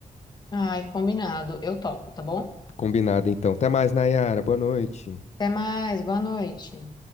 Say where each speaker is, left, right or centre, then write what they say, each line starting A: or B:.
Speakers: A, on the left (about 30°); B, on the left (about 55°).
A: Ai, combinado. Eu topo, tá bom?
B: Combinado, então. Até mais, Nayara. Boa noite.
A: Até mais, boa noite.